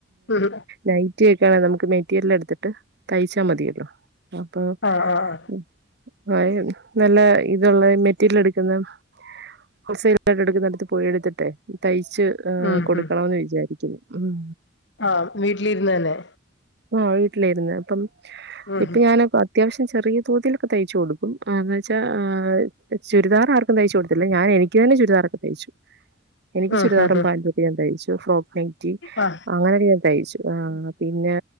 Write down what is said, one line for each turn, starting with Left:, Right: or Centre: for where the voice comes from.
Left: ഉം ഉം
Right: നൈറ്റിഒക്കെ നമുക്ക് മെറ്റീരിയൽ എടുത്തിട്ട് തയ്ച്ചാ മതിയല്ലോ. അപ്പൊ
Left: ആ ആ ആ
Right: <unintelligible> നല്ല ഇതുള്ള മെറ്റീരിയൽ എടുക്കുന്ന <unintelligible> പോയി എടുത്തിട്ടെ. തയ്ച്ച്
Left: ഉം
Right: കൊടുക്കണന്ന്
Left: ഉം
Right: വിചാരിക്കുന്നു മ്.
Left: ആ വീട്ടിലിരുന്ന് തന്നെ.
Right: ആ വീട്ടിലായിരുന്നു അപ്പം
Left: ഉം
Right: ഇപ്പൊ ഞാൻ അത്യാവശ്യം ചെറിയ തോതിലൊക്കെ തയ്ച്ചു കൊടുക്കുംന്ന് വെച്ചാൽ ചുരിദാർ ആർക്കും തയ്ച്ചു കൊടുത്തില്ല ഞൻ എനിക്ക് തന്നെ ചുരിദാറൊക്കെ തയ്ച്ചു. എനിക്ക്
Left: ആഹ്
Right: ചുരിദാറുംപാന്റൊക്കെ
Left: ആഹ്
Right: തയ്ച്ചു ഫ്രോക്ക് നൈറ്റി
Left: ആഹ്
Right: അങ്ങനെ ഒക്കെ തയിച്ചു ആ പിന്നെ